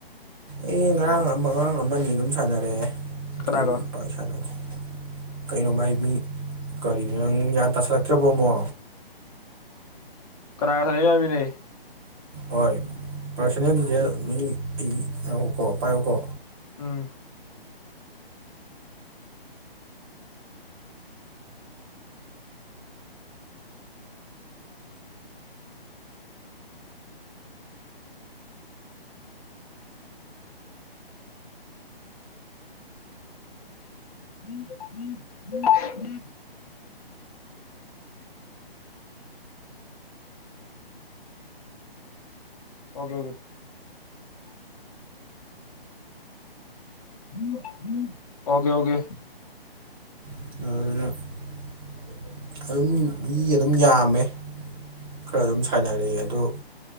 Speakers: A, on the right; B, on the left.
A: ꯑꯩ ꯉꯔꯥꯡ ꯑꯃ ꯑꯉꯥꯡ ꯑꯃꯅꯤ ꯑꯗꯨꯝ ꯁꯥꯟꯅꯔꯛꯑꯦ ꯑꯇꯩ
B: ꯀꯅꯥꯒ
A: ꯑꯩꯒꯤ ꯄꯥꯛ ꯁꯥꯟꯅꯗꯦ ꯀꯩꯅꯣ ꯚꯥꯏ ꯃꯤ ꯀꯔꯤ ꯅꯪ ꯒ꯭ꯌꯥꯟ ꯇꯥꯁꯜꯂꯛꯇ꯭ꯔꯕꯣꯃꯣ
B: <unintelligible>
A: ꯍꯣꯏ ꯄꯥꯔꯁꯣꯅꯦꯜ ꯗꯤꯇꯦꯜ ꯃꯤ ꯑꯩꯀꯣ ꯄꯥꯏꯌꯨꯀꯣ
B: ꯎꯝ <unintelligible> ꯑꯣꯀꯦ ꯑꯣꯀꯦ <unintelligible>
A: <unintelligible> ꯑꯗꯨꯝ ꯃꯤ ꯑꯗꯨꯝ ꯌꯥꯝꯃꯦ ꯈꯔ ꯑꯗꯨꯝ ꯁꯥꯏꯅꯔꯛꯑꯦ ꯑꯗꯣ